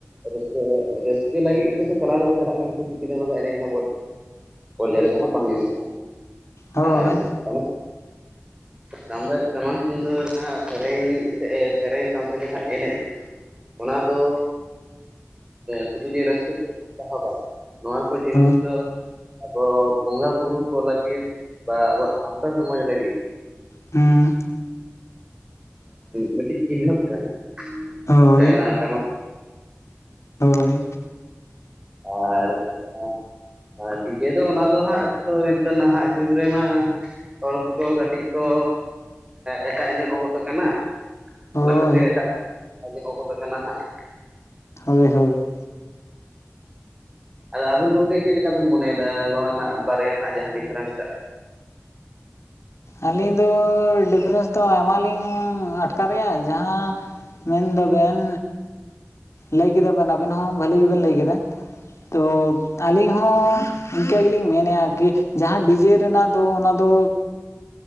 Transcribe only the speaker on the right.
ᱨᱟᱹᱥᱠᱟᱹ ᱨᱟᱹᱥᱠᱟᱹ ᱞᱟᱹᱜᱤᱫ ᱛᱮᱫᱚ ᱪᱟᱞᱟᱣ ᱫᱚᱠᱚ ᱪᱟᱞᱟᱜ ᱠᱟᱱᱟ ᱠᱤᱪᱷᱩ ᱫᱚ ᱮᱱᱮᱡ ᱮᱫᱟᱵᱚᱱ ᱯᱚᱨᱡᱟᱭ ᱨᱮᱫᱚ ᱦᱟᱸᱜ ᱵᱟᱝ ᱧᱩᱨᱩᱜ ᱠᱟᱱᱟ
ᱟᱨ ᱡᱟᱦᱟᱸ ᱠᱟᱱ ᱫᱚ ᱴᱟᱢᱟᱠ ᱛᱩᱢᱫᱟᱜ ᱜᱮ ᱱᱷᱟᱜ ᱥᱮᱨᱮᱧ ᱥᱮᱼᱮ ᱥᱮᱨᱮᱧ ᱥᱟᱶᱛᱮ ᱡᱟᱦᱟᱸ ᱮᱱᱮᱡ ᱚᱱᱟ ᱫᱚ ᱥᱩᱫᱷᱩ ᱡᱮ ᱨᱟᱹᱥᱠᱟᱹ ᱠᱷᱟ. ᱛᱤᱨ <inaudible> ᱛᱮᱵᱟᱝ ᱱᱚᱣᱟ ᱡᱤᱱᱤᱥ
ᱫᱚ ᱟᱵᱚ ᱵᱚᱸᱜᱟ ᱵᱩᱨᱩ ᱠᱚ ᱞᱟᱹᱜᱤᱫ ᱵᱟ ᱟᱵᱚᱣᱟᱜ ᱥᱟᱶᱛᱟ ᱥᱚᱢᱟᱡᱽ ᱞᱟᱹᱜᱤᱫ
ᱢᱤᱫᱴᱤᱡ ᱪᱤᱱ ᱦᱟᱹᱯ ᱠᱟᱱᱟ <unintelligible>
ᱟᱨ ᱡᱟᱦᱟᱸ ᱟᱨ ᱰᱤᱡᱮ ᱫᱚ ᱚᱱᱟ ᱫᱚ ᱦᱟᱸᱜ ᱛᱚ ᱱᱤᱛᱚᱜ ᱱᱟᱦᱟᱜ ᱡᱩᱜᱽ ᱨᱮᱢᱟ ᱦᱚᱲ ᱠᱚ ᱠᱟᱹᱴᱤᱡ ᱠᱚ ᱮᱴᱟᱜ ᱧᱚᱜ ᱜᱚᱫ ᱟᱠᱟᱱᱟ
ᱚᱱᱟ ᱠᱷᱟᱹᱛᱤᱨ ᱮᱴᱟᱜ ᱥᱮᱫ ᱵᱟ ᱧᱚᱜ ᱜᱚᱫ ᱠᱟᱱᱟ ᱦᱟᱸᱜ
ᱟᱫᱚ ᱟᱵᱤᱱ ᱜᱚᱢᱠᱮ ᱪᱮᱫ ᱞᱮᱠᱟ ᱵᱤᱱ ᱢᱚᱱᱮ ᱭᱮᱫᱟ ᱱᱚᱣᱟ ᱨᱮᱱᱟᱜ ᱵᱟᱨᱭᱟ ᱨᱮᱱᱟᱜ ᱡᱟᱦᱟᱸ ᱰᱤᱯᱷᱟᱨᱮᱱᱥ ᱴᱟᱜ